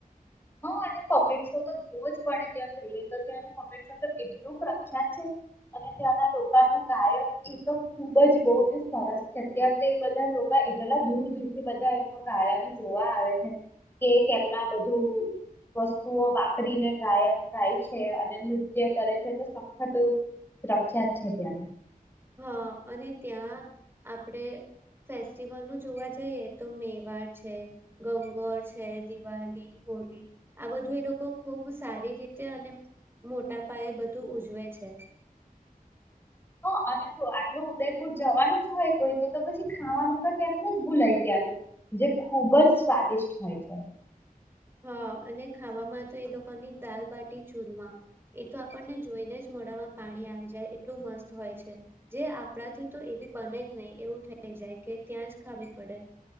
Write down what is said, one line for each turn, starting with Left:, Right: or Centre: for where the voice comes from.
Left: હ પપેટ શો જોવો જ પડે ત્યાં જઈએ તો ત્યાંનું પપેશો તો એટલું પ્રખ્યાત છે, અને ત્યાંના લોકાનું ગાયક એ તો ખુબ જ બહુ જ સરસ છે અત્યારે તો બધા લોકા એટલા દૂર દૂરથી બધા એમનું ગાયન જોવા આવે છે, કે કેમના બધું. વસ્તુઓ વાપરીને ગાયન ગાય છે અને નૃત્ય કરે છે તો સખત પ્રખ્યાત છે ત્યાંનું
Right: હા અને ત્યાં આપડે ફેસ્ટિવલ નું જોવા જઈએ તો મેવાડ છે, ગંગોર છે, દિવાળી, હોલી, આ બધું એ લોકો ખૂબ સારી રીતે અને મોટા પાયે બધું ઉજવે છે.
Left: હ અને જો આટલું ઉદયપુર જવાનું જ હોય કોઈ તો તો પછી ખાવાનું તો કેમને જ ભૂલાય ત્યાંનું, જે ખુબ જ સ્વાદિષ્ટ હોય છે.
Right: હા અને ખાવામાં તો એ લોકોની દાલબાટી ચૂરમા, એ તો આપણને જોઈને જ મોડામાં પાણી આવી જાય એટલું મસ્ત હોય છે, જે આપણાથી તો એવી બને જ નહી એવું થઈ જાય કે ત્યાં જ ખાવી પડે,